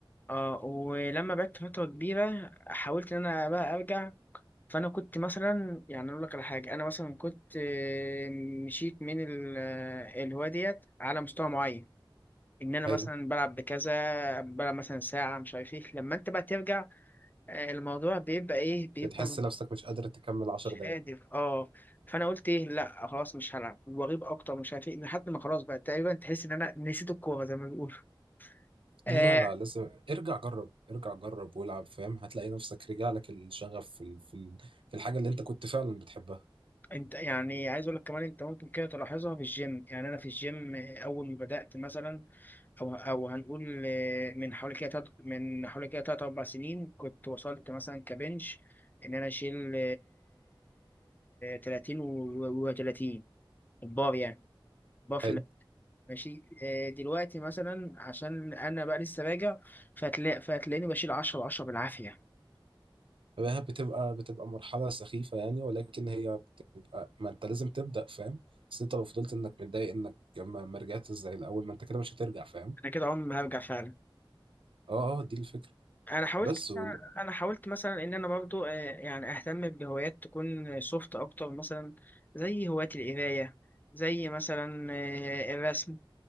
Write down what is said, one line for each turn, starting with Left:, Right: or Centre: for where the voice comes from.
Left: اه ولما بعدت فترة كبيرة حاولت ان انا بقى ارجع فانا كنت مثلا يعني اقول لك على حاجه انا مثلا كنت آه، مشيت من ال- آه، الهوايه ديت على مستوى معين ان انا
Right: ايوه
Left: مثلا بلعب بكذا بلعب مثلا ساعه مش عارف ايه لما انت بقى ترجع آه، الموضوع بيبقى ايه بيبقى
Right: بتحس نفسك مش قادر تكمل 10
Left: مش
Right: دقايق
Left: قادر اه فانا قلت ايه لا خلاص مش هلعب واغيب اكتر مش عارف ايه لحد ما خلاص بقى تقريبا تحس ان انا نسيت الكوره زي ما بيقولوا آه،
Right: لا لا لسه ارجع جرب ارجع جرب والعب فاهم هتلاقي نفسك رجع لك الشغف في ال- في ال- في الحاجة اللي انت كنت فعلا بتحبها
Left: انت يعني عايز اقول لك كمان انت ممكن كده تلاحظها في الجيم يعني انا في الجيم اول ما بدأت مثلا او او هنقول آه، من حوالي كده تلات- من حوالي كده تلات اربع سنين كنت وصلت مثلا كبنش ان انا اشيل 30 و30 البار يعني البار في
Right: حلو
Left: ال- ماشي آه، دلوقتي مثلا عشان انا بقى لسه راجع فهتلاقي فهتلاقيني بشيل 10 10 بالعافية
Right: فهي بتبقى بتبقى مرحلة سخيفة يعني ولكن هي بتبقى ما انت لازم تبدأ فاهم بس انت لو فضلت انك متضايق انك ما ما رجعتش زي الاول ما انت كده مش هترجع فاهم
Left: انا كده عمري ما هرجع فعلا
Right: اه اه دي الفكرة
Left: انا حاولت
Right: بس وال-
Left: انا حاولت مثلا ان انا برضو آه، يعني اهتم بهوايات تكون سوفت اكتر مثلا زي هواية القرايه زي مثلا آه، الرسم